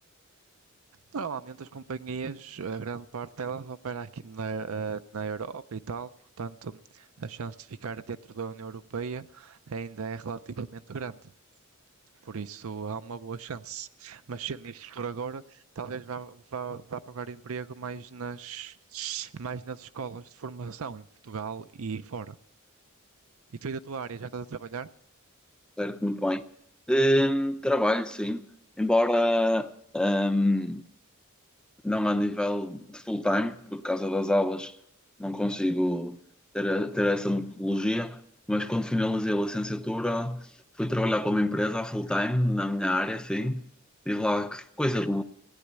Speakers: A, on the right; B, in the centre.
A: Normalmente as companhias, a grande parte delas opera aqui na, eh, na Europa e tal, portanto a chance de ficar dentro da União Europeia ainda é relativamente grande. Por isso há uma boa chance. Mas sendo isto por agora, talvez vá, vá, vá procurar emprego mais nas, mais nas escolas de formação em Portugal e fora. E tu aí da tua área já estás a trabalhar?
B: Certo, muito bem. Hum, trabalho, sim, embora hum, não a nível de full-time, por causa das aulas não consigo ter, a- ter essa metodologia, mas quando finalizei a licenciatura fui trabalhar para uma empresa a full-time, na minha área, sim, tive lá coisa de um,